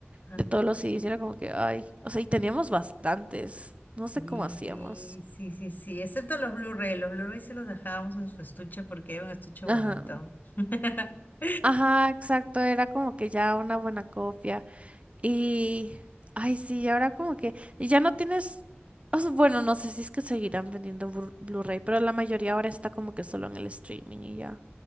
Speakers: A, on the left; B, on the right.
A: <laughs>
B: de todos los CDs. Y era como que, ay, o sea, y teníamos bastantes. No sé
A: Sí,
B: cómo hacíamos.
A: sí, sí, sí, excepto los Blu-ray, los Blu-ray sí los dejábamos en su estuche porque era un estuche bonito.
B: Ajá.
A: <laughs>
B: Ajá, exacto, era como que ya una buena copia. Y, ay, sí, ahora como que y ya no tienes, o sea, bueno, no sé si es que seguirán vendiendo Blu- Blu-ray, pero la mayoría ahora está como que solo en el streaming y ya.